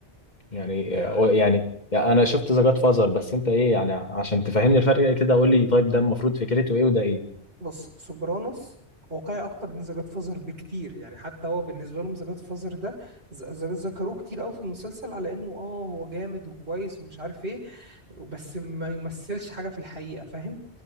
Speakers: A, on the left; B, on the right.
A: يعني
B: يعني
A: يعني يعني انا شفت ذا جاد فازر بس انت ايه يعني عشان تفهمني الفرق كده قول لي طيب ده المفروض فكرته ايه وده ايه
B: بص سوبرانوس واقعي اكتر من ذا جاد فازر بكتير يعني حتى هو بالنسبة لهم ذا جاد فازر ده ز- ز- ذكروه كتير قوي في المسلسل على انه اه هو جامد وكويس ومش عارف ايه بس ما يمثلش حاجة في الحقيقة فاهم